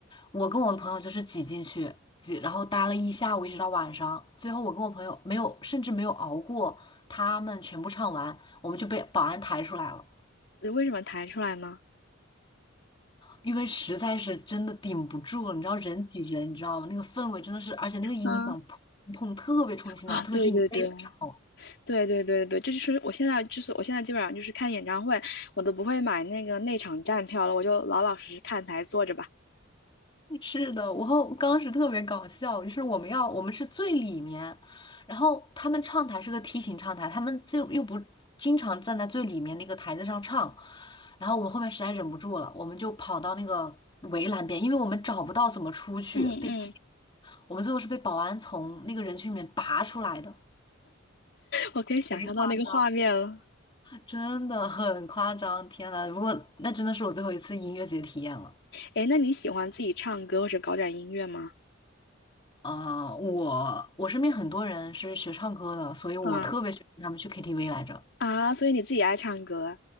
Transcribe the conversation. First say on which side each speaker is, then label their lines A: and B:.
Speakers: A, on the left; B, on the left.
A: 我跟我的朋友就是挤进去挤，然后待了一下午，一直到晚上，最后我跟我朋友没有，甚至没有熬过他们全部唱完，我们就被保安抬出来了。
B: 为什么弹出来呢？
A: 因为实在是真的顶不住了，你知道人挤人，你知道吗？那个氛围真的是，而且那个音响砰砰特别冲击心脏，
B: 嗯啊，
A: 特别是你背的时候。
B: 对对对对对对对，这就是我现在就是我现在基本上就是看演唱会，我都不会买那个内场站票了，我就老老实实看台坐着吧。
A: 是的，我后当时特别搞笑，就是我们要我们是最里面，然后他们唱台是个梯形唱台，他们就又不经常站在最里面那个台子上唱，然后我们后面实在忍不住了，我们就跑到那个围栏边，因为我们找不到怎么出去，
B: 嗯嗯，
A: 被挤，我们最后是被保安从那个人群里面拔出来的，
B: 我可以想象到那个画面了。
A: 贼夸张。真的很夸张，天呐！如果那真的是我最后一次音乐节体验了。
B: 诶，那你喜欢自己唱歌或者搞点音乐吗？
A: 啊、我我身边很多人是学唱歌的，所以我特别喜欢他们去
B: 啊
A: KTV 来着。
B: 啊，所以你自己爱唱歌，